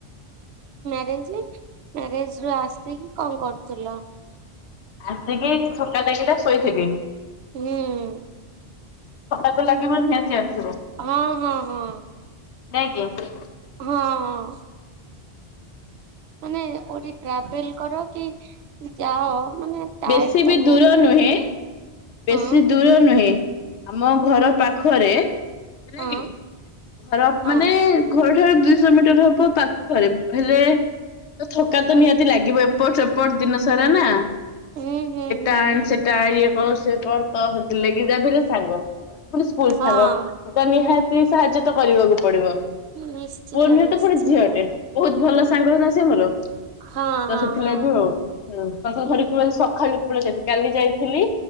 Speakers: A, on the right; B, on the left.
A: ହେଇଛି ମ୍ୟାରେଜ ରୁ ଆସିକି କଣ କରୁଥିଲ?
B: ଆସିକି ଥକା ଲାଗିଲା ଶୋଇଥିଲି।
A: ହୁଁ ଉଁ,
B: ଥକା ତ ଲାଗିବ ନିହାତି ଭାବେ।
A: ହଁ ହଁ ହଁ,
B: ନାଇଁ କି?
A: ହଁ ଅଁ ମାନେ କୋଉଠି ଟ୍ରାଭେଲ୍ କର କି ଯାଅ ମାନେ ଟାୟାର୍ଡ
B: ବେଶୀ
A: ତ
B: ବି
A: ବହୁତ
B: ଦୂର ନୁହେଁ
A: ଲାଗିବ
B: ବେଶୀ
A: ହଁ
B: ଦୂର ନୁହେଁ ଆମ ଘର ପାଖରେ ହେଲା
A: ହଁ
B: କି ଘର
A: ହଁ
B: ମାନେ ଘରଠାରୁ ଦୁଇଶହ ମିଟର ହବ ପାଖରେ ହେଲେ ତ ଥକା
A: ହୁଁ
B: ତ ନିହାତି ଲାଗିବ ଏପଟ ସେପଟ ଦିନ ସାରା ନା।
A: ହୁଁ ହୁଁ
B: ଏଟା
A: ହୁଁ
B: ଆଣେ ସେଟା ଇଏ କର ସେ କର ତ ସେଥିଲାଗି ତ ଯାହାବି ହେଲେ ସାଙ୍ଗ। ସ୍କୁଲ
A: ହଁ
B: ସାଙ୍ଗ ତ ନିହାତି ସାହାଯ୍ୟ ତ କରିବାକୁ ପଡିବ
A: ନିଶ୍ଚିତ
B: ପୁଅ ନୁହେତ
A: ନିଶ୍ଚିତ
B: ପୁଣି ଝିଅଟେ ବୋହୁତ ଭଲ ସାଙ୍ଗ ନା ସିଏ ମୋର।
A: ହଁ
B: ତ
A: ହଁ
B: ସେଥିଲା
A: ହଁ
B: ବି ଆଉ। ହୁଁ ତାଙ୍କ ଘରକୁ ଆଜି ସକାଳୁ ପୁଣି ଯାଇଥିଲି କାଲି ଯାଇଥିଲି